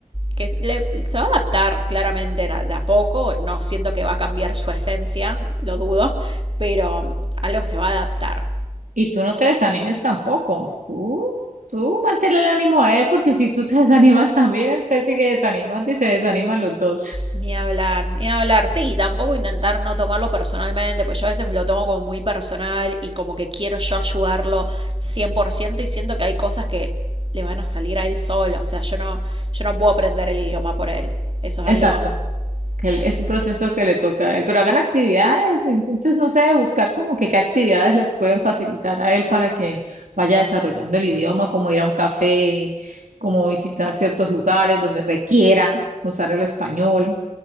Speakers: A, on the right; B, on the right.
A: que le- se va a adaptar claramente de a poco, no siento que va a cambiar su esencia, lo dudo, pero um, algo se va a adaptar.
B: Y tú no te desanimes tampoco, tú, tú manténle el ánimo a él, porque si tú te <laughs> desanimas también, él se sigue desanimando y se desaniman los dos.
A: Ni hablar, ni hablar. Sí, tampoco intentar no tomarlo personalmente, pues yo a veces lo tomo como muy personal y como que quiero yo ayudarlo 100% y siento que hay cosas que le van a salir a él solo, o sea, yo no yo no puedo aprender el idioma por él. Eso es
B: Exacto.
A: algo
B: que él-
A: es-
B: es un proceso que le toca a él, pero hagan actividades, entonces no sé, buscar como que qué actividades le pueden facilitar a él para que vaya desarrollando el idioma, como ir a un café, como visitar ciertos lugares donde requiera usar el español